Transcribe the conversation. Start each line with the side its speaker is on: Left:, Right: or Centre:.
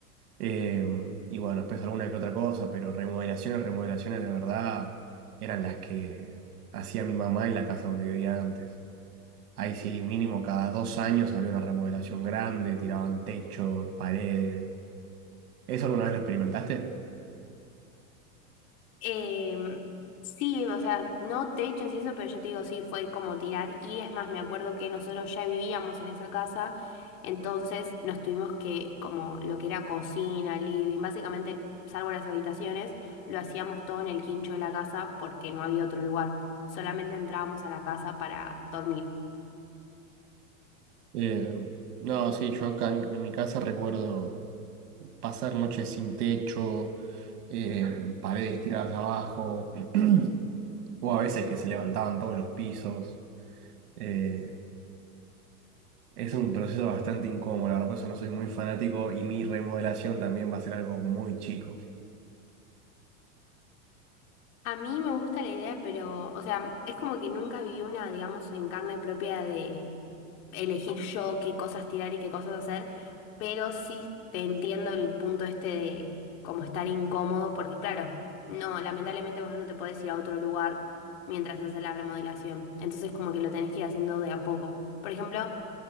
Right: Eh, y bueno, después alguna que otra cosa, pero remodelaciones, remodelaciones de verdad eran las que hacía mi mamá en la casa donde vivía antes. Ahí sí, mínimo cada dos años había una remodelación grande, tiraban techos, paredes. ¿Eso alguna vez lo experimentaste?
Left: Em, sí, o sea, no techos y eso, pero yo te digo, sí, fue como tirar. Y es más, me acuerdo que nosotros ya vivíamos en esa casa, entonces nos tuvimos que, como lo que era cocina, living, básicamente, salvo las habitaciones, lo hacíamos todo en el quincho de la casa porque no había otro lugar. Solamente entrábamos a la casa para dormir.
Right: Eh, no, sí, yo acá en, en mi casa recuerdo pasar noches sin techo, eh, paredes tiradas abajo, <clears throat> o a veces que se levantaban todos los pisos. Eh, es un proceso bastante incómodo, la verdad, por eso no soy muy fanático y mi remodelación también va a ser algo muy chico.
Left: A mí me gusta la idea, pero, o sea, es como que nunca viví una, digamos, en carne propia de elegir yo qué cosas tirar y qué cosas hacer, pero sí te entiendo el punto este de como estar incómodo, porque claro, no, lamentablemente vos no te podés ir a otro lugar mientras haces la remodelación, entonces como que lo tenés que ir haciendo de a poco. Por ejemplo,